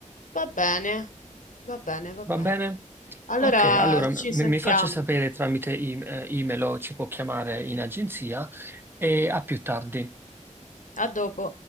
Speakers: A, on the left (about 80°); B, on the right (about 15°).
A: Va bene, va bene, va
B: Va
A: bene.
B: bene?
A: Allora
B: Ok, allora m-
A: ci
B: mi
A: sentiamo.
B: faccia sapere tramite e- eh, email o ci può chiamare in agenzia e a più tardi.
A: A dopo.